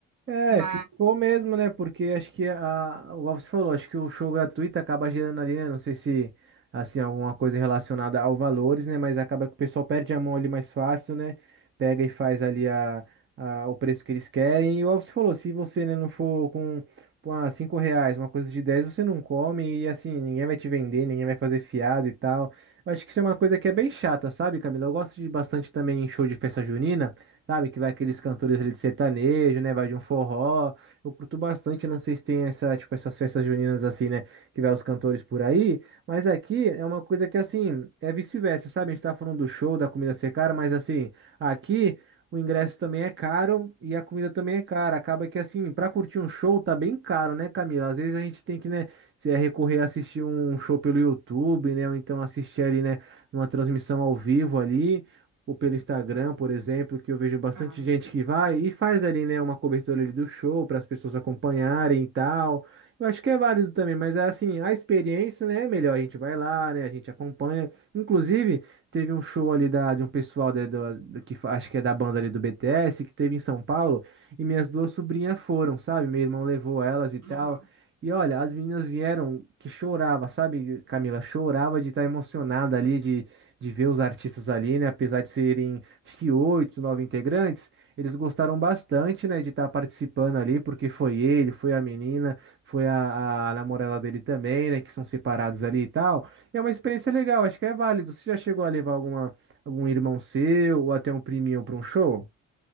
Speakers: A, on the right; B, on the right.
A: É,
B: Mas.
A: ficou mesmo, né? Porque acho que a, igual você falou, acho que o show gratuito acaba gerando ali, né? Não sei se assim alguma coisa relacionada ao valores, né? Mas acaba que o pessoal perde a mão ali mais fácil, né? Pega e faz ali a, a- o preço que eles querem. E igual você falou, se você, né, não for com, com ah, cinco reais, uma coisa de 10, você não come e assim ninguém vai te vender, ninguém vai fazer fiado e tal. Eu acho que isso é uma coisa que é bem chata, sabe, Camila? Eu gosto de bastante também em show de festa junina sabe? Que vai aqueles cantores ali de sertanejo, né? Vai de um forró. Eu curto bastante, não sei se tem essa, tipo, essas festas juninas assim, né? Que vai os cantores por aí. Mas aqui é uma coisa que, assim, é vice-versa, sabe? A gente tá falando do show, da comida ser cara, mas assim, aqui. O ingresso também é caro e a comida também é cara. Acaba que, assim, pra curtir um show tá bem caro, né, Camila? Às vezes a gente tem que, né, se é recorrer a assistir um show pelo YouTube, né, ou então assistir ali, né, uma transmissão ao vivo ali ou pelo Instagram, por exemplo, que eu vejo bastante
B: Ah,
A: gente
B: eu sei.
A: que vai e faz ali, né, uma cobertura ali do show para as pessoas acompanharem e tal. Eu acho que é válido também, mas é assim, a experiência, né, é melhor a gente vai lá, né, a gente acompanha. Inclusive, teve um show ali da, de um pessoal da, da- do- que fa- acho que é da banda ali do BTS, que teve em São Paulo, e minhas duas sobrinhas foram, sabe? Meu irmão levou elas e tal.
B: é Normal.
A: E olha, as meninas vieram que chorava, sabe, Camila? Chorava de estar emocionada ali, de de ver os artistas ali, né? Apesar de serem, acho que oito, nove integrantes, eles gostaram bastante, né, de estar participando ali, porque foi ele, foi a menina, foi a, a namorada dele também, né, que são separados ali e tal. E é uma experiência legal, acho que é válido. Você já chegou a levar alguma, algum irmão seu ou até um priminho para um show?